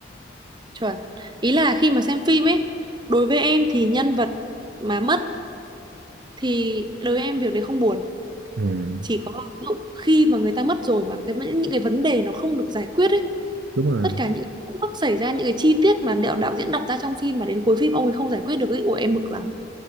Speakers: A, on the right (about 25°); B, on the right (about 65°).
A: chuẩn ý là khi mà xem phim ấy đối với em thì nhân vật mà mất thì đối với em việc đấy không buồn
B: Ừ,
A: chỉ có áp dụng khi mà người ta mất rồi mà cái những cái vấn đề nó không được giải quyết ấy
B: đúng rồi,
A: tất cả những cái khúc mắc xảy ra những cái chi tiết mà đạo đạo diễn đặt ra trong phim mà đến cuối phim ông ấy không giải quyết được ấy ủa em bực lắm